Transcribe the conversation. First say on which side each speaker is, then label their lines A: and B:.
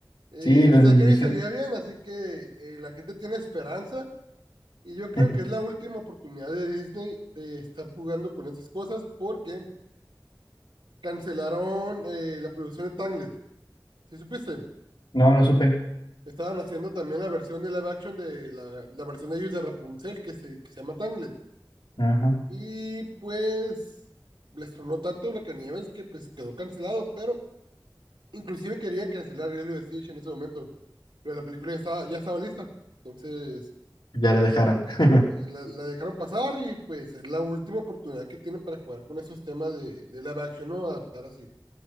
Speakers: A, on the right; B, on the left.
A: Eh,
B: sí, la
A: el
B: animación.
A: Zachary se veía bien, así que eh, la gente tiene esperanza. Y yo creo
B: <laughs>
A: que es la última oportunidad de Disney de estar jugando con esas cosas porque cancelaron eh, la producción de Tangled. ¿Sí supiste?
B: No, no supe.
A: Estaban haciendo también la versión de live action de la, la versión de ellos de Rapunzel, que se, que se llama Tangled.
B: Ajá.
A: Y pues les tronó tanto Blancanieves que pues quedó cancelado, pero inclusive querían cancelar Lilo y Stitch en ese momento. Pero la película ya estaba, ya estaba lista. Entonces
B: Ya la dejaron. <laughs>
A: eh, la, la dejaron pasar y pues es la última oportunidad que tienen para jugar con esos temas de, de live action, ¿no? Adaptar así.